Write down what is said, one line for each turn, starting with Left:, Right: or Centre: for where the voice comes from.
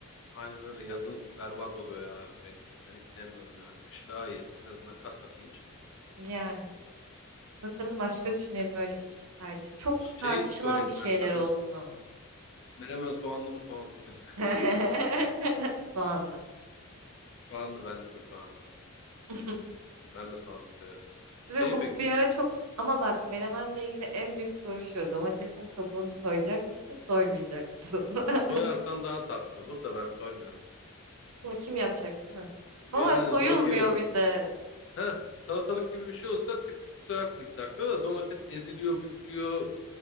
Left: aynen öyle yazın berbat oluyor ya her şey. Ben hiç sevmiyorum yani kış daha iyi en azından kat kat giyin çık.
Right: Yani bakalım başka düşünelim öyle iki tercih. Çok
Left: Şey
Right: tartışılan
Left: sorayım
Right: bir şeyler
Left: ben sana
Right: olsun ama.
Left: menemen soğanlı mı soğansız mı?
Right: <laughs> Soğanlı.
Left: <laughs> Soğanlı bence de soğanlı.
Right: <laughs>
Left: Ben de soğanlı severim.
Right: Ve
Left: Şey
Right: bu
Left: peki
Right: bir ara çok ama bak menemenle ilgili en büyük soru şu. Domatesin kabuğunu soyacak mısın, soymayacak mısın? <laughs>
Left: soyarsan daha tatlı olur da ben soymuyorum ya.
Right: Bunu kim yapacak değil mi? Kolay
Left: Yani
Right: soyulmuyor
Left: zor geliyor
Right: bir de.
Left: Ha, salatalık gibi bir şey olsa tık tık tık soyarsın iki dakikada da domates eziliyor, bükülüyor,